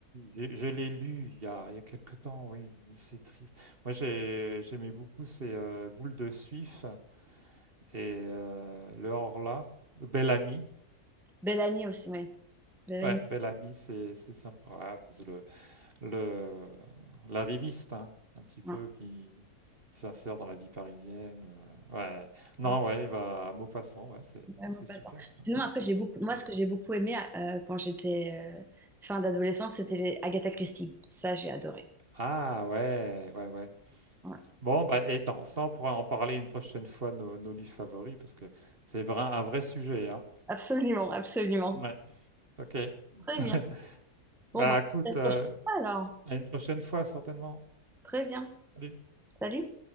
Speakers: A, on the right; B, in the centre.
A: Je je l'ai lu il y a il y a quelque temps, oui, oui, c'est triste. Moi, j'ai j'aimais beaucoup, ces heu, Boule de Suif et heu, Le Horla, Bel Ami.
B: Bellamy aussi, oui. Bellamy,
A: Ouais, Bel Ami, c'est c'est sympa. Ah, parce que le le l'arriviste, hein, un petit
B: voilà.
A: peu qui, qui s'insère dans la vie parisienne. euh, ouais. Non,
B: Ouais,
A: ouais, il va à Maupassant, ouais, c'est
B: Maupassant.
A: c'est super ça,
B: Sinon,
A: Maupassant.
B: après, j'ai beaucoup, moi,
A: Ouais.
B: ce que j'ai beaucoup aimé euh, quand j'étais euh, fin d'adolescence, c'était les Agatha Christie. Ça, j'ai adoré.
A: Ah ouais, ouais, ouais.
B: Ouais.
A: Bon, bah et attends, ça on pourra en parler une prochaine fois, nos, nos livres favoris, parce que c'est vrai, un vrai sujet, hein.
B: Absolument, absolument.
A: Ouais, ok.
B: Très
A: <laughs>
B: bien. Bon,
A: Bah
B: bah,
A: écoute,
B: à la
A: euh,
B: prochaine fois alors.
A: à une prochaine fois certainement.
B: Très bien.
A: Salut.
B: Salut.